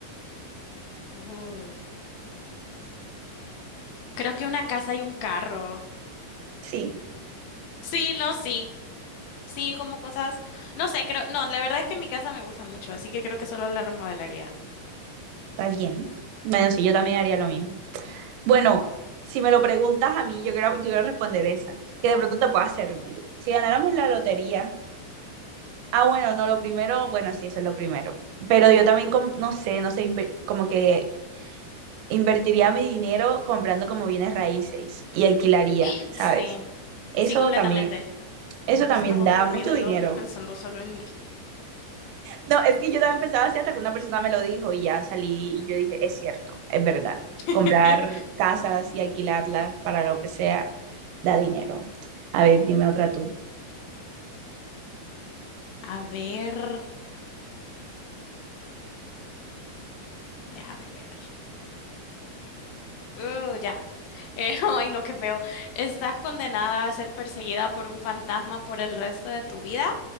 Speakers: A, on the left; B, on the right.
A: Uy, creo que una casa y un carro.
B: Sí,
A: Sí, no, sí, sí, como cosas, no sé, creo, no, la verdad es que mi casa me gusta mucho, así que creo que solo la remodelaría.
B: está bien. Bueno, sí, yo también haría lo mismo. Bueno, si me lo preguntas a mí, yo quiero, yo quiero responder esa, que de pronto te pueda servir. Si ganáramos la lotería, ah, bueno, no, lo primero, bueno, sí, eso es lo primero. Pero yo también, com- no sé, no sé, inve- como que invertiría mi dinero comprando como bienes raíces y alquilaría,
A: <gasps>
B: ¿sabes?
A: Sí,
B: Eso
A: sí, completamente.
B: también, eso
A: No
B: también
A: se me había
B: da
A: ocurrido
B: mucho dinero.
A: yo, yo pensando solo en mí.
B: No, es que yo también pensaba así hasta que una persona me lo dijo y ya salí y yo dije, es cierto, es verdad.
A: <laughs>
B: Comprar casas y alquilarlas para lo que sea da dinero. A ver, dime otra tú.
A: A ver. Déjame ver. Uh, ya. Eh, <laughs> ay, no, qué feo. Estás condenada a ser perseguida por un fantasma por el resto de tu vida,